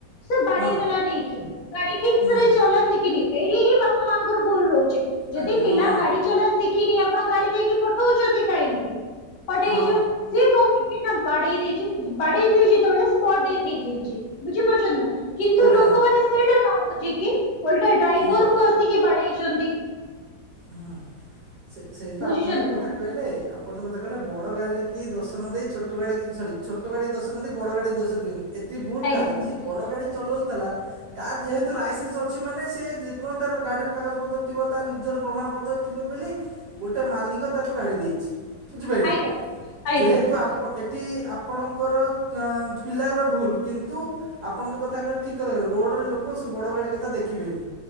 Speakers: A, on the left; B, on the right.
A: ସେ ବାଡେଇଦେଲା
B: ହଁ
A: ନେଇକି। ଗାଡି ଠିକ
B: ହୁଁ
A: ସେରେ
B: ହୁଁ
A: ଚଲା ସିକିନି। ଏଇଠି ହିଁ ବାପା ମାଙ୍କର ଭୁଲ ରହୁଛି। ଯଦି
B: ଆଜ୍ଞା
A: ପିଲା
B: ହଁ
A: ଗାଡି ଚଲା ଶିଖିନି ଆପଣ ଗାଡି ଦେଇକି ପଠଉଛନ୍ତି କାହିଁକି? ପଠେଇଚ
B: ହଁ
A: ସିଏ କଣ କରିଚି ନା ବାଡେଇ ଦେଇଚି, ବାଡେଇ ଦେଇଚି ଯେତେବେଳେ ସ୍ଟଟ୍ ଡେଥ୍ ହେଇଯାଇଛି। ବୁଝିପାରୁଛନ୍ତି ନା। କିନ୍ତୁ
B: ଆଜ୍ଞା
A: ଲୋକମାନେ
B: ଆଜ୍ଞା
A: ସେଇଟା ନ ବୁଝିକି ଓଲଟା ଡ୍ରାଇଭର୍
B: ହୁଁ
A: କୁ ଆସିକି ବାଡେଇଛନ୍ତି।
B: ହୁଁ, ସେ ସେଇ ତ
A: ବୁଝିଛନ୍ତି
B: ଆପଣ ଯୋଉ କଥା
A: ନା
B: କହିଲେ। ଆ ଆପଣ ଯୋଉ କଥା କହିଲେ ବଡ଼ ଗାଲିକି ଦୋଷ ନ ଦେଇ ଛୋଟ ଗାଡ଼ିକି, ସରି ଛୋଟ ଗାଡ଼ି ଦୋଷ ନ ଦେଇ ବଡ଼ ଗାଡ଼ି ଦୋଷ ଦିଅନ୍ତି। ଏଠି ଭୁଲ୍
A: ଆଜ୍ଞା
B: କାର, ଯିଏ ବଡ଼ ଗାଡ଼ି ଚଲଉଥଲା ତାର ଯେହେତୁ ଲାଇସେନ୍ସ ଅଛି ମାନେ ସିଏ ଯେକଣ ତାର ଗାଡିର କାଗଜ ପତ୍ର ଥିବ ତା ନିଜର ପ୍ରମାଣପତ୍ର ଥିବ ବୋଲି ଗୋଟେ ମାଲିକ ତାକୁ ଗାଡ଼ି ଦେଇଛି। ବୁଝିପାଇଲେ।
A: ଆଜ୍ଞା ଆଜ୍ଞା
B: ଯେହେତୁ ଆପ ଏ ଠି ଆପଣଙ୍କର ଚ- ପିଲାର ଭୁଲ, କିନ୍ତୁ ଆପଣ ଯୋଉ କଥା କହିଲେ ଠିକ୍ କଥା କହିଲେ। ରୋ ଡରେ ଲୋକ ସେ ବଡ ଗାଡି କଥା ଦେଖିବେନି।